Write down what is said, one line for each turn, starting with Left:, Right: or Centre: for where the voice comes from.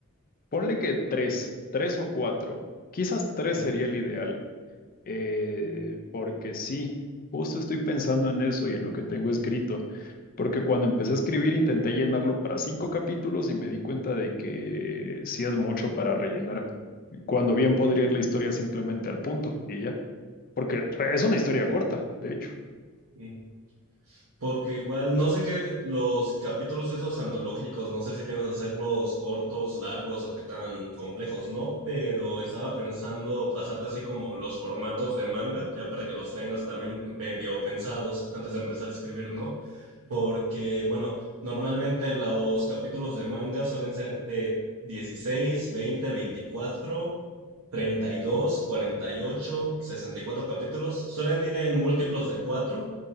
Left: Ponle que tres, tres o cuatro. Quizás tres
Right: ujú,
Left: sería el ideal, eh, porque sí, justo estoy pensando en eso y en lo que tengo escrito, porque cuando empecé a escribir intenté llenarlo para cinco capítulos y me di cuenta de que sí es mucho para rellenar, cuando bien podría ir la historia simplemente al punto y ya, porque re- es una historia corta, de hecho.
Right: ujú. Porque igual, no sé qué, los capítulos esos antológicos, no sé si piensas hacerlos cortos, largos o qué tan complejos, ¿no? Pero estaba pensando pasarte así como los formatos de manga, ya para que los tengas también medio pensados antes de empezar a escribir, ¿no? Porque, bueno, normalmente los capítulos de manga suelen ser de dieciséis veinte veinticuatro treinta y dos cuarenta y ocho sesenta y cuatro capítulos. Suelen ir en múltiplos de 4